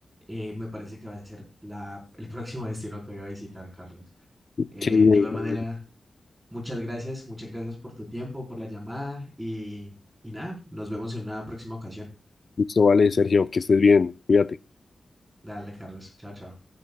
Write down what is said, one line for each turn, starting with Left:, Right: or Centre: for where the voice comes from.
Right: eh, me parece que va a ser la, el <laughs> próximo destino que voy a visitar, Carlos. Eh,
Left: Qué bien,
Right: de igual
Left: qué
Right: manera,
Left: bien.
Right: muchas gracias, muchas gracias por tu tiempo, por la llamada y, y nada, nos vemos en una próxima ocasión.
Left: Listo, vale, Sergio, que estés bien, cuídate.
Right: Dale, Carlos. Chao, chao.